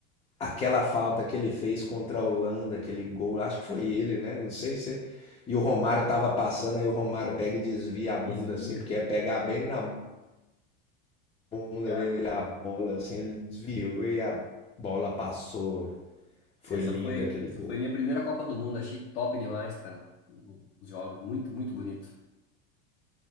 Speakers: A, on the left; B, on the left.
A: Aquela falta que ele fez contra a Holanda, aquele gol, acho que foi ele, né? Não sei se. E o Romário tava passando, aí o Romário pega e desvia a bunda
B: Desvia.
A: assim, porque é pegar bem na bunda
B: Cara,
A: dele a bola, assim, ele desviou e a bola passou. Foi
B: essa
A: lindo
B: foi,
A: aquele
B: essa
A: gol.
B: foi minha primeira Copa do Mundo, achei top demais, cara. o- Os jogos, muito, muito bonito.